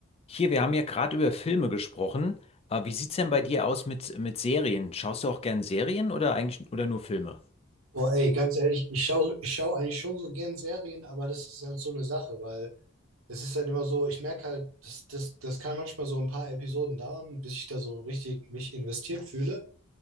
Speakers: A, on the left; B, on the right.
A: Hier, wir haben ja gerade über Filme gesprochen. Äh, wie sieht's denn bei dir aus mit, mit Serien? Schaust du auch gern Serien oder eigentlich oder nur Filme?
B: Boah, ey, ganz ehrlich, ich schaue ich schau eigentlich schon so gern Serien, aber das ist halt so eine Sache, weil es ist halt immer so, ich merke halt, das, das, das kann manchmal so ein paar Episoden dauern, bis ich da so richtig mich investiert fühle.